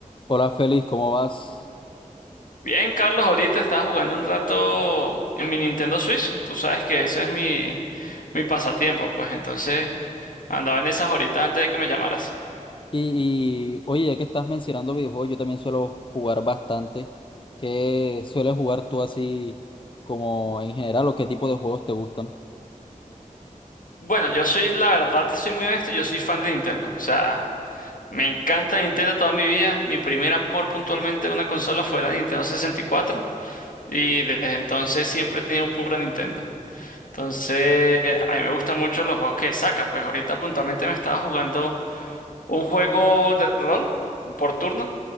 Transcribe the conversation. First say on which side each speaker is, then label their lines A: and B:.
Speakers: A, on the left; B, on the left.
A: Hola Félix, ¿cómo vas?
B: Bien, Carlos, ahorita estaba jugando un rato en mi Nintendo Switch. Tú sabes que eso es mi, mi pasatiempo, pues entonces andaba en esas horitas antes de que me llamaras.
A: Y, y, oye, ya que estás mencionando videojuegos, yo también suelo jugar bastante. ¿Qué sueles jugar tú así como en general o qué tipo de juegos te gustan?
B: Bueno, yo soy, la verdad, te soy muy honesto, yo soy fan de Nintendo. O sea, me encanta Nintendo toda mi vida. Mi primer amor puntualmente de una consola fue la Nintendo 64 y cuatro y desde entonces siempre he tenido pura Nintendo. Entonces, a mí me gustan mucho los juegos que saca. Pues ahorita puntualmente me estaba jugando. Un juego de rol por turno,